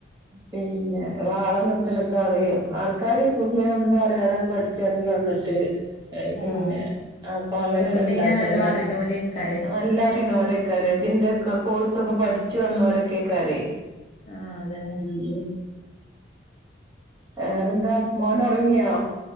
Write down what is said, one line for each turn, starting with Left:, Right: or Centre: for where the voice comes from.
Right: പിന്നെ വാള നൃത്തലൊക്കെ ആളുക ആൾക്ക ക്കാര് കുങ്ങനെന്നുംറിയാതെെ പഠിച്ചിറങ്ങി വന്നിട്ട് പിന്നെ
Left: ആഹ്
Right: അപ്പൊ അങ്ങനെ
Left: ഇതൊക്കെ
Right: ഉണ്ടാക്ക
Left: പിന്നെ നല്ലോ
Right: തന്നെ
Left: അറിയണോലേക്കാരെ
Right: നല്ല അറിയണംര കര അതിന്റെക്കെ കോഴ്സ്ൊക്കെ പഠിച്ചു വന്നോരൊക്കെ കറി
Left: ആഹ അതന്നെ
Right: ഉം വേറെന്താ മോന ഉറങ്ങിയോ